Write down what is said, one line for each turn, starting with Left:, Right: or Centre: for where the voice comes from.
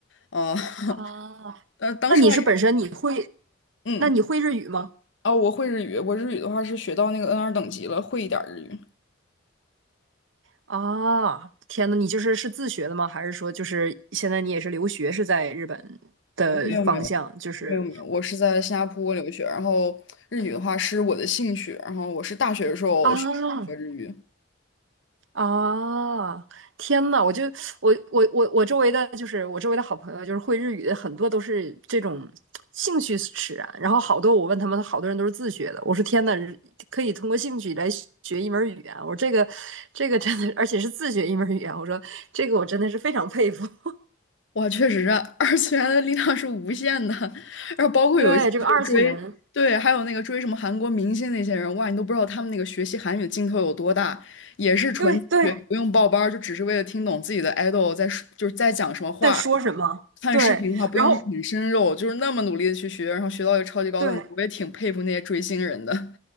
Left: 呃，<laughs>
Right: 啊，
Left: 但当时话也
Right: 那你是本身你会，
Left: 嗯，
Right: 那你会日语吗？
Left: 哦，我会日语，我日语的话是学到那个 n 二等级了，会一点儿日语。
Right: 啊，天呐，你就是是自学的吗？还是说就是现在你也是留学是在日本的方向？
Left: 没有没有
Right: 就是
Left: 没有没有，我是在新加坡留学，然后日语的话是我的兴趣，然后我是大学的时候学的日语。
Right: 啊啊，天呐，我就我我我我周围的就是我周围的好朋友，就是会日语的很多都是这种兴趣使然，然后好多我问他们，好多人都是自学的。我说天呐，可以通过兴趣来学一门语言，我说这个这个真的，而且是自学一门语言，我说这个我真的是非常佩服。<laughs>
Left: 哇，确实是二次元的力量是无限的，<laughs> 然后包括有一些就是追，
Right: 对，这个二次元。
Left: 对，还有那个追什么韩国明星那些人，哇，你都不知道他们那个学习韩语的劲头有多大，也是纯自学，
Right: 对对
Left: 不用报班儿就只是为了听懂自己的 idol 在说就是在讲什么话，
Right: 在说什么。
Left: 看视频的话不用啃生肉，
Right: 对，然后
Left: 就是那么努力的去学，然后学到一个超级高等级，
Right: 对
Left: 我也挺佩服那些追星人的。